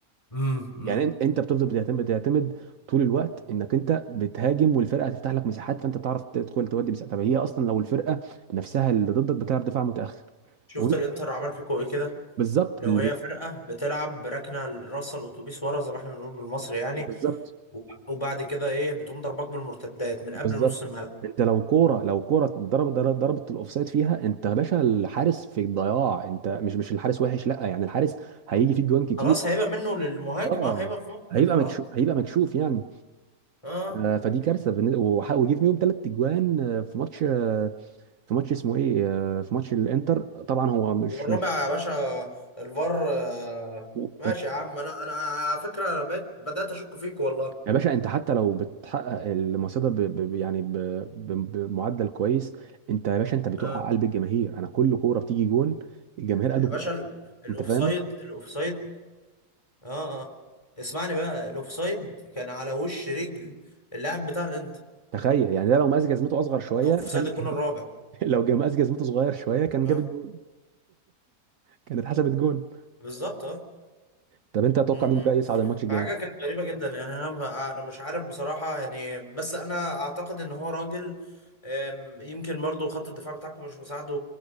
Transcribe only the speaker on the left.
امم امم
شفت
الانتر عمل فيكوا ايه كده
لو
هي فرقة بتلعب بركنة رأس الأتوبيس ورا زي ما احنا بنقول بالمصري يعني
وب- وبعد كده إيه بتقوم ضربك بالمرتدات من قبل
نص الملعب
خلاص هيبقى منه للمهاجم
اه هيبقى في موقف
انفراد
اه
والرابع
يا باشا الفار آه
ماشي يا عم أنا أنا على فكرة أنا بقيت بدأت أشك فيك والله
اه
يا
باشا ال- الأوفسايد
الأوفسايد اه اه اسمعني بقى الأوفسايد كان على وش رجل اللاعب بتاع الإنتر
أوفسايد
الجون
الرابع
اه
بالظبط اه
امم
فحاجة كانت غريبة جدا يعني أنا أنا مش عارف بصراحة يعني بس أنا أعتقد إن هو راجل أم، يمكن برضو خط الدفاع بتاعكم مش مساعده